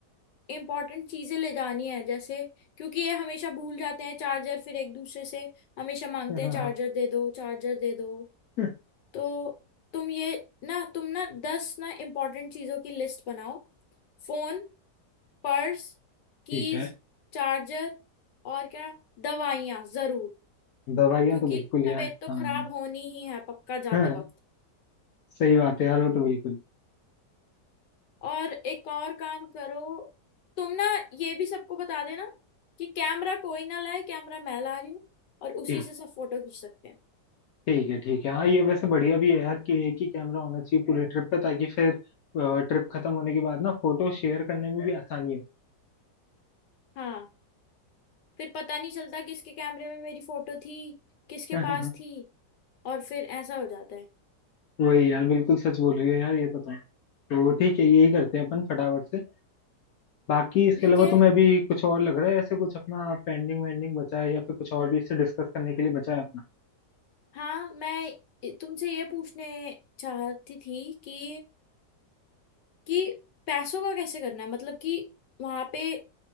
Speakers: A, on the left; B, on the left.
A: इम्पोर्टेंट चीजें ले जानी है जैसे क्योंकि ये हमेशा भूल जाते हैं चार्जर फिर एक दूसरे से हमेशा मांगते
B: हैं <laughs>
A: हैं
B: हाँ
A: चार्जर
B: हाँ
A: दे दो चार्जर दे दो
B: हाँ,
A: तो तुम ये ना तुम ना दस ना इम्पोर्टेंट चीजों की लिस्ट बनाओ फोन पर्स कीज
B: ठीक है
A: चार्जर और क्या दवाइयाँ जरूर
B: दवाइयाँ
A: क्योंकि
B: तो बिल्कुल यार
A: तबीयत तो
B: हाँ
A: खराब होनी ही है पक्का जाते
B: हाँ
A: वक्त
B: सही बात है यार वो तो बिल्कुल
A: और एक और काम करो तुम ना ये भी सबको बता देना कि कैमरा कोई ना लाए कैमरा मैं ला रही हूँ और उसी
B: ठीक
A: से सब फोटो खींच सकते हैं
B: ठीक है ठीक है हाँ ये वैसे बढ़िया भी है यार कि एक ही कैमरा होना चाहिए पूरी ट्रिप पे ताकि फिर ट्रिप खत्म होने के बाद ना फोटो शेयर करने में भी आसानी
A: हाँ फिर पता नहीं चलता किसके कैमरे में मेरी फोटो थी किसके
B: हो
A: पास
B: <laughs>
A: थी और फिर ऐसा हो जाता है
B: वही यार बिल्कुल सच बोल रही हो यार ये तो तुम तो ठीक है यही करते हैं अपन फटाफट से बाकी इसके
A: ठीक
B: अलावा
A: है
B: तुम्हें अभी कुछ और लग रहा है ऐसे कुछ अपना पेंडिंग वेंडिंग बचा है या फिर कुछ और भी इससे डिस्कस करने के लिए बचा है अपना
A: हाँ मैं तुमसे ये पूछने चाहती थी कि कि पैसों का कैसे करना है मतलब कि वहां पे